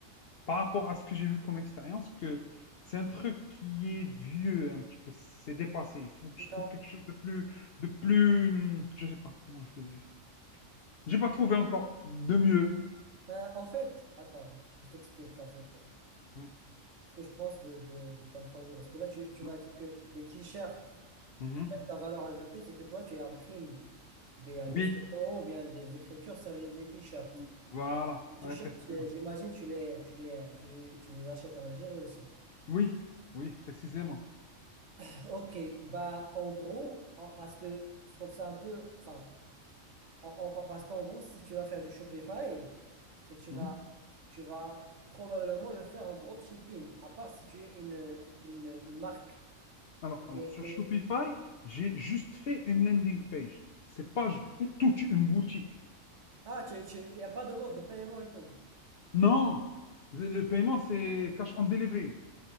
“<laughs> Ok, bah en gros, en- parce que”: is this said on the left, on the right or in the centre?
Right